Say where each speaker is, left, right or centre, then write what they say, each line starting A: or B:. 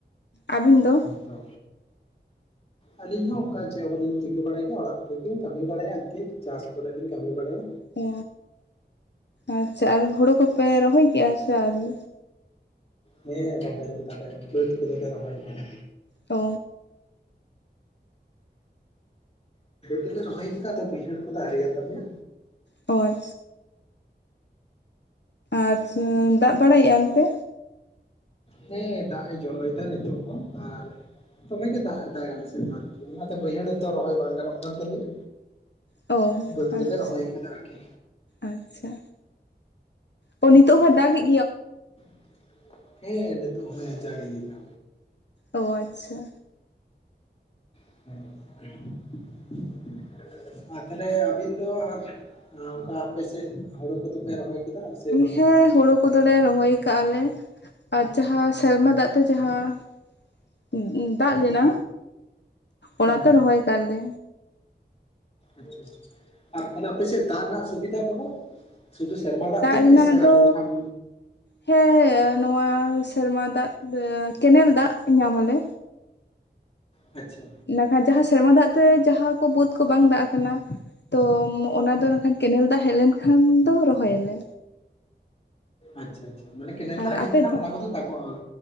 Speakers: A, on the left (about 70°); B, on the left (about 35°).
A: ᱟᱹᱵᱤᱱ ᱫᱚ?
B: ᱦᱮᱸ ᱛᱚ, ᱟᱹᱞᱤᱧ ᱦᱚᱸ ᱚᱱᱠᱟ ᱜᱮ ᱪᱮᱫ ᱦᱚᱸ ᱵᱟᱞᱤᱧ ᱪᱤᱠᱟᱹ ᱵᱟᱲᱟᱭ ᱜᱮᱭᱟ ᱚᱲᱟᱜ ᱠᱚᱨᱮ ᱜᱮ ᱞᱤᱧ ᱠᱟᱹᱢᱤ ᱵᱟᱲᱟᱭᱟ ᱟᱨ ᱠᱤ ᱪᱟᱥ ᱠᱚᱨᱮᱞᱤᱧ ᱠᱟᱹᱢᱤ ᱵᱟᱲᱟᱭᱟ᱾
A: ᱚ, ᱟᱪᱪᱷᱟ ᱟᱨ ᱦᱳᱲᱩ ᱠᱚᱯᱮ ᱨᱚᱦᱚᱭ ᱠᱮᱜᱼᱟ ᱥᱮ ᱟᱹᱣᱨᱤ?
B: ᱦᱮᱸ ᱨᱚᱦᱚᱭ ᱠᱮᱫᱟᱞᱮ ᱵᱟᱹᱫᱽ ᱠᱚᱫᱚᱞᱮ ᱨᱚᱦᱚᱭ ᱠᱮᱫᱟ᱾
A: ᱚ
B: ᱫᱞᱮ ᱨᱚᱦᱚᱭ ᱠᱟᱫᱟ ᱟᱫᱚ ᱵᱟᱹᱭᱦᱟᱹᱲ ᱠᱚᱫᱚ ᱟᱣᱨᱤᱭᱟᱛᱟᱞᱮᱭᱟ᱾
A: ᱦᱳᱭ᱾ ᱟᱪᱷᱟ, ᱫᱟᱜ ᱵᱟᱲᱟᱭᱮᱫᱼᱟ ᱚᱱᱛᱮ?
B: ᱦᱮᱸ ᱫᱟᱜ ᱮ ᱡᱚᱨᱚᱭᱫᱟ ᱱᱤᱛᱚᱜ ᱦᱚᱸ ᱟᱨ ᱫᱚᱢᱮ ᱜᱮ ᱫᱟᱜ ᱮᱫᱟᱭ ᱟᱞᱮᱥᱮᱫ ᱫᱚ ᱟᱨᱠᱤ ᱚᱱᱟᱛᱮ ᱵᱟᱹᱭᱦᱟᱹᱲ ᱨᱮᱫᱚ ᱨᱚᱦᱚᱭ ᱵᱟᱝ ᱜᱟᱱᱚᱜ ᱠᱟᱱ ᱛᱟᱞᱮᱭᱟ᱾
A: ᱚ
B: ᱵᱟᱹᱫᱽ
A: ᱟᱪᱪᱷᱟ
B: ᱜᱮᱞᱮ ᱨᱚᱦᱚᱭ ᱠᱮᱫᱟ ᱟᱨᱠᱤ᱾
A: ᱟᱪᱪᱷᱟ, ᱚ ᱱᱤᱛᱚᱜ ᱦᱚᱸ ᱫᱟᱜ ᱮᱫ
B: <unintelligible> ᱦᱮᱸ, ᱱᱤᱛᱳᱜ ᱦᱚᱸᱭ ᱡᱟᱹᱲᱤ ᱭᱮᱫᱟ᱾
A: ᱚ ᱟᱪᱪᱷᱟ᱾
B: <unintelligible> ᱟᱨ ᱛᱟᱦᱚᱞᱮ ᱟᱹᱵᱤᱱ ᱫᱚ ᱟᱨ ᱚᱱᱠᱟ ᱟᱯᱮ ᱥᱮᱫ ᱦᱩᱲᱳ ᱠᱚᱫᱚᱯᱮ ᱨᱚᱦᱚᱭ, ᱠᱮᱫᱟ ᱥᱮ ᱵᱟᱝᱟ
A: ᱦᱮᱸ ᱦᱳᱲᱳ ᱠᱚᱫᱚᱞᱮ ᱨᱚᱦᱚᱭ ᱠᱟᱜ ᱟᱞᱮ ᱟᱨ ᱡᱟᱦᱟᱸ ᱥᱮᱨᱢᱟ ᱫᱟᱜ ᱛᱮ ᱡᱟᱦᱟᱸ <unintelligible> ᱫᱟᱜ ᱞᱮᱱᱟ
B: ᱦᱮᱸ
A: ᱚᱱᱟᱛᱮ
B: ᱦᱮᱸ
A: ᱨᱚᱦᱚᱭ ᱟᱠᱟᱜ-ᱟᱞᱮ
B: ᱟᱪᱪᱷᱟ ᱟᱪᱪᱷᱟ ᱟᱨ ᱛᱟᱦᱚᱞᱮ ᱟᱯᱮᱥᱮᱫ ᱫᱟᱜ ᱨᱮᱱᱟᱜ ᱥᱩᱵᱤᱫᱟ ᱠᱚ ᱫᱚ? ᱥᱩᱫᱷᱩ ᱥᱮᱨᱢᱟ ᱫᱟᱜ ᱛᱮᱜᱮ
A: ᱨᱮᱱᱟᱜ
B: ᱥᱮ ᱟᱨᱚ
A: ᱫᱚ
B: ᱡᱟᱦᱟᱸ
A: ᱦᱮᱸ ᱱᱚᱶᱟ ᱥᱮᱨᱢᱟ ᱫᱟᱜ ᱠᱮᱱᱮᱞ ᱫᱟᱜ ᱧᱟᱢ ᱟᱞᱮ
B: ᱟᱪᱪᱷᱟ
A: ᱵᱟᱠᱷᱟᱱ ᱡᱟᱦᱟᱸ ᱥᱮᱨᱢᱟ ᱫᱟᱜ ᱛᱮ ᱡᱟᱦᱟᱸ ᱠᱚ ᱵᱟ‌ᱫᱽ ᱠᱚ ᱵᱟᱝ ᱫᱟᱜ ᱟᱠᱟᱱᱟ ᱛᱚ ᱚᱱᱟ
B: ᱦᱮᱸ
A: ᱫᱚ ᱮᱠᱷᱟᱱ ᱠᱮᱱᱮᱞ ᱫᱟᱜ ᱦᱮᱡ ᱞᱮᱱ ᱠᱷᱟᱱ ᱫᱚ ᱨᱚᱦᱚᱭᱟᱞᱮ
B: ᱟᱪᱪᱷᱟ ᱟᱪᱪᱷᱟ ᱢᱟᱱᱮ ᱠᱮᱱᱮᱞ
A: ᱟᱨ
B: ᱫᱟᱜ ᱦᱮᱡ
A: ᱟᱯᱮ
B: ᱞᱮᱠᱷᱟᱱ
A: ᱫᱚ
B: ᱚᱱᱟ ᱠᱚᱫᱚ ᱫᱟᱜᱠᱚᱜᱼᱟ